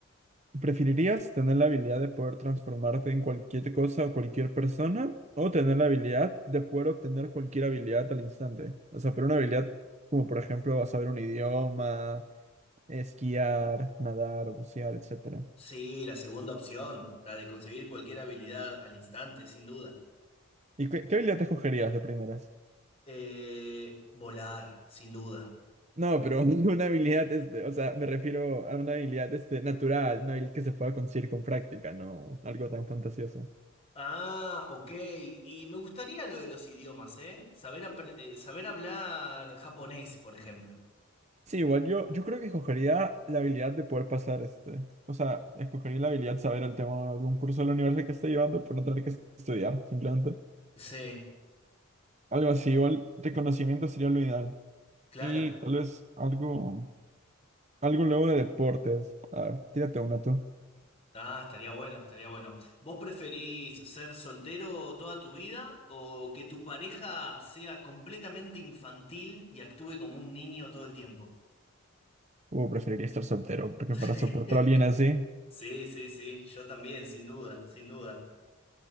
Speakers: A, on the right; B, on the left.
A: ¿preferirías tener la habilidad de poder transformarte en cualquier cosa o cualquier persona? ¿O tener la habilidad de poder obtener cualquier habilidad al instante? O sea, pero una habilidad como, por ejemplo, saber un idioma, esquiar, nadar o bucear, etcétera.
B: Sí, la segunda opción, la de conseguir cualquier habilidad al instante, sin duda.
A: ¿Y qué, qué habilidad te escogerías de primeras?
B: Eh, volar, sin duda.
A: No, pero <laughs> una habilidad, este, o sea, me refiero a una habilidad, este, natural, una habilidad que se pueda conseguir con práctica, no algo tan fantasioso.
B: Ah, ok. Y me gustaría lo de los idiomas, ¿eh? Saber, apre- eh, saber hablar japonés, por ejemplo.
A: Sí, igual yo, yo creo que escogería la habilidad de poder pasar, este, o sea, escogería la habilidad de saber el tema de un curso de la universidad que esté llevando por no tener que estudiar, simplemente.
B: Sí,
A: Algo así, igual reconocimiento sería lo ideal.
B: claro.
A: Y tal vez algo, algo luego de deportes. A ver, tírate una tú.
B: Ah, estaría bueno, estaría bueno. ¿Vos preferís ser soltero toda tu vida o que tu pareja sea completamente infantil y actúe como un niño todo el tiempo?
A: O preferiría estar soltero,
B: <laughs>
A: porque
B: Sí.
A: para soportar a alguien así.
B: Sí, sí, sí, yo también, sin duda, sin duda.